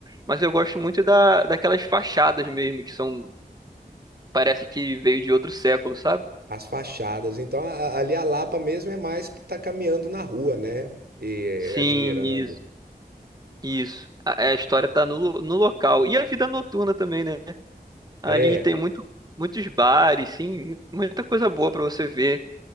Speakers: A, on the right; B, on the right.
A: mas eu gosto muito da, daquelas fachadas mesmo, que são, parece que veio de outro século, sabe?
B: As fachadas. Então, a- ali a Lapa mesmo é mais tá caminhando na rua, né? E
A: Sim,
B: é, admirando.
A: isso, isso. A, a história tá no, lo- no local. E a vida noturna também, né? Ali
B: É,
A: tem muito, muitos bares, sim, mu- muita coisa boa pra você ver.